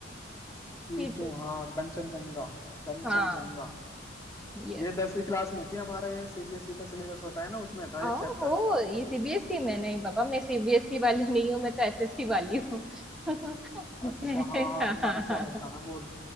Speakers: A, on the left (about 15°); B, in the centre.
A: कीटू
B: कीटू
A: हाँ कंचनजंगा कंचनजंगा
B: हाँ यस
A: ये दसवीं क्लास में थी हमारा ये सीबीएसई का सिलेबस होता है ना उसमें था
B: ओ
A: एक चैप्टर
B: हो ये सीबीएसई में नहीं बाबा मैं सीबीएसई वाली नहीं हूँ मैं तो एसएससी वाली हूँ <laughs>
A: अच्छा
B: हाँ
A: हाँ हाँ तुम्हारा
B: हाँ
A: तो अलग था ना बोर्ड